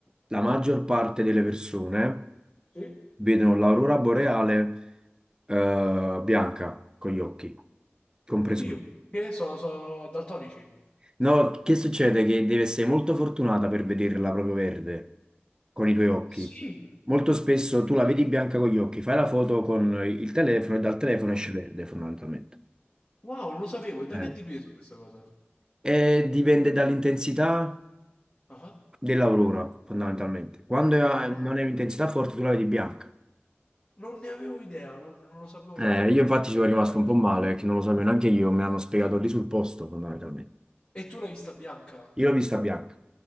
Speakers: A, on the right (about 20°); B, on the left (about 30°).
A: la maggior parte delle persone
B: Sì?
A: vedono l'aurora boreale eh, bianca con gli occhi, compreso
B: Oddio,
A: me.
B: che so, so daltonici.
A: No, che succede? Che devi essere molto fortunata per vederla proprio verde con i tuoi occhi.
B: Sì.
A: Molto spesso tu la vedi bianca con gli occhi, fai la foto con il telefono e dal telefono
B: Ok.
A: esce verde fondamentalmente.
B: Wow, non lo sapevo. E da
A: Eh.
B: che è dipeso questa cosa?
A: E dipende dall'intensità
B: Ah,
A: dell'aurora fondamentalmente. Quando è-
B: Ah,
A: non è un'intensità forte tu la vedi bianca.
B: non ne avevo idea, non, non lo sapevo
A: Eh,
B: proprio.
A: io infatti
B: Ma hai
A: ci
B: mi
A: sono
B: hai
A: rimasto
B: aperto...
A: un po' male
B: un-
A: perché non lo sapevo neanche io, me l'hanno spiegato lì sul posto fondamentalmente.
B: E tu l'hai vista bianca?
A: Io l'ho vista bianca,